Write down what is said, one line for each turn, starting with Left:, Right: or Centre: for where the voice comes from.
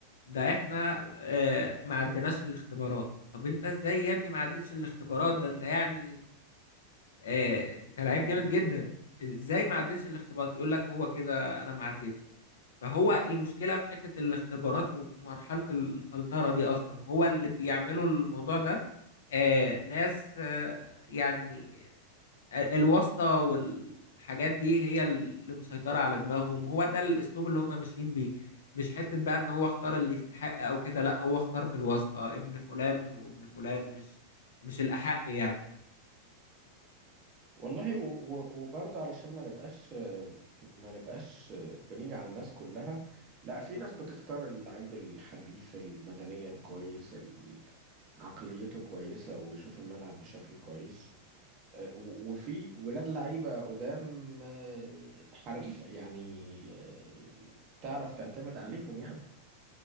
Left: ده احنا آه، ما عدناش الاختبارات طب انت ازاي يا ابني ما عدتش الاختبارات ده انت يعني آه، انت لعيب
Right: بيها
Left: جامد جدا ازاي ما عدتش الاختبارات يقول لك هو كده انا ما عدتش فهو المشكلة في حتة الاختبارات ومرحلة الفلترة دي اصلا هو اللي بيعملوا الموضوع ده آه، ناس آه، يعني ال- الواسطة والحاجات دي هي اللي مسيطرة على دماغهم هو ده الأسلوب اللي هم ماشيين بيه مش حتة بقى إن هو اختار اللي يستحق أو كده لأ هو اختار بالواسطة ابن فلان وابن فلان مش مش الأحق يعني
Right: والله و- و- وبرضه علشان ما نبقاش ما نبقاش بنيجي على الناس كلها لا في ناس بتختار اللعيب الحريف البدنيا كويس ال- عقليته كويسة وبيشوف الملعب بشكل كويس آه، و- وفي ولاد لعيبة قدام آه، حريفة يعني آه، تعرف تعتمد عليهم يعني